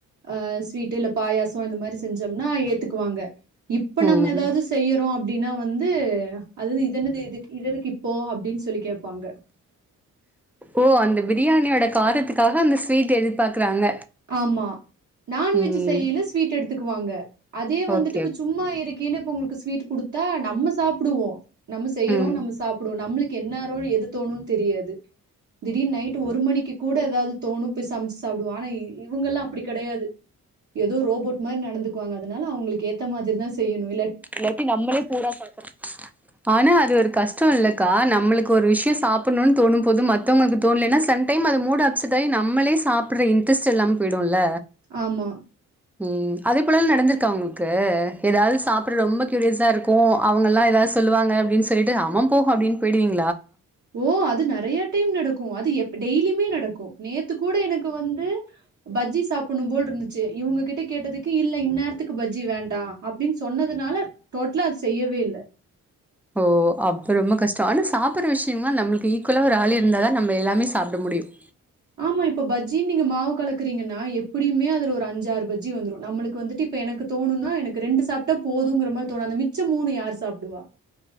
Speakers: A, on the right; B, in the centre.
A: ஆஹ் ஸ்வீட்டு இல்ல பாயாசோ இந்த மாரி செஞ்சோம்னா ஏத்துக்குவாங்க இப்ப
B: ம்
A: நம்ம எதாவது செய்யறோம் அப் டின்னா வ ந்து அது இ தென்னது இதுக் இதெதுக்கு இப்போ அப்டின்னு சொல்லி கேப்பாங்க
B: ஓ அந்த பிரியாணியோட காரத்துக்காக அந்த ஸ்வீட் எதிர்பாக்குறாங்க
A: ஆமா நான்வெஜ்
B: ம்
A: செய்யல ஸ்வீட் எடுத் எடுத்துக்குவாங்க அதே வந்துட்டு
B: ஓகே
A: இப்ப சும்மா இருக்கையில்ல உங்களுக்கு ஸ்வீட் குடுத்தா நம்ம சாப்பிடுவோம் நம்ம செய்ரோம்
B: ம்
A: நம்ம சாப்புடுவோம் நம்மளுக்கு என்னாரும் எது தோணும்னு தெரியாது திடீர் நைட் ஒரு மணிக்கு கூட ஏதாவது தோணும் போய் சமைச்சு சாப்பிடுவா ஆனா இ இவங்கல்லாம் அப்புடி கெடையாது ஏதோ ரோபோட் மாரி நடந்துக்குவாங்க அதுனால அவங்களுக்கு ஏத்த மாதிரி தா செய்யணும்
B: இல்லாட்டி நம்மளே பூரா சாப்புர மாரி ஆனா அது ஒரு கஷ்டம் இல்லக்கா நம்மளுக்கு ஒரு விஷயம் சாப்பிடனூம் தோனும்போது மத்தவங்களுக்கு தொனலன சாம் டையம் அது முடு அப்செட் ஆயி நம்லோ சப்புற இன்ரட்ஸ் இல்லாம போயிடுல்ல
A: ஆமா.
B: உஹம் அது போல நடந்துருக் இருக உங்களுக்கு ஏதாவது சாப்ட் ரொம்ப கியூரியாஸ இருக்கும் அவங்க எல்லாம் எதது சொல்லுவாங்கப்படின்னு சொல்லிட்டு ஆமா போ அப்படின்னு போயிடுவிங்க
A: ஓ அது நிறைய டைம் நடக்கு அது எப்ப டெய்லியுமே நடக்கும் நேத்து கூட எனக்கு வந்து பஜ்ஜி சாப்பணும் போல் இருந்துச்சு இவங்க கிட்ட கேட்டதுக்கு இல்ல இந்நேரத்துக்கு பஜ்ஜி வேண்டாம் அப்படின்னு சொன்னதுனால டோட்டலா அது செய்யவே இல்ல
B: ஓ அப்ப ரொம்ப கஷ்டம் ஆனா சாப்பிடற விஷயம்மா நம்மளுக்கு ஈக்குவலா ஒரு ஆள் இருந்தாதான் நம்ம எல்லாமே சாப்பிட முடியும்
A: ஆமா இப்ப பஜ்ஜின்னு நீங்க மாவு கலக்கறீங்கன்னா எப்படியுமே அதுல ஒரு அஞ்சாறு பஜ்ஜி வந்துடும் நம்மளுக்கு வந்துட்டு இப்ப எனக்கு தோணும்னா எனக்கு ரெண்டு சாப்பிட்டா போதங்கிற மாதிரி தோணும் அந்த மிச்சம் மூணு யாரு சாப்புடுவா